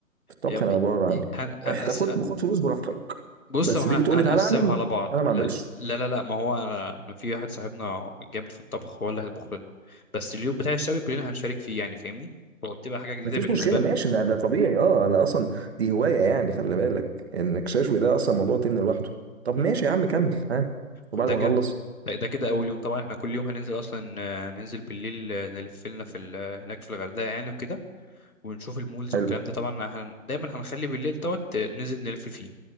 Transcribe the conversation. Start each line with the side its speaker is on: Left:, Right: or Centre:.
Right: في الطبخ
Left: يا
Right: انا بره عني
Left: هن... هنقس...
Right: احنا تاخد باخد فلوس براحتك
Left: بص
Right: بس
Left: ما احنا
Right: تيجي تقول
Left: هنقسمها
Right: لي تعالى اعمل
Left: على بعض
Right: انا ما
Left: لا
Right: اعملش
Left: لا لا, لا ما هو أنا... أنا في واحد صاحبنا جامد في الطبخ هو اللي هيطبخ لنا بس اليوم بتاع الشوي كلنا هنشارك فيه يعني فاهمني هو بتبقى حاجة جديدة
Right: مفيش
Left: بالنسبة
Right: مشكله ماشي ده ده طبيعي اه انا اصلا دي هوايه يعني خلي بالك انك ششوي ده اصلا موضوع تن لوحده طب
Left: لنا
Right: ماشي يا عم كمل ها وبعد
Left: ده
Right: ما
Left: كده
Right: نخلص
Left: ده ده كده اول يوم طبعا احنا كل يوم هننزل اصلا آه، هننزل بالليل آه، نلف لنا في ال- آه، هناك في الغردقه يعني وكده ونشوف المولز
Right: حلو
Left: والكلام ده طبعا هن دايما هنخلي بالليل دوت آه، ننزل نلف فيه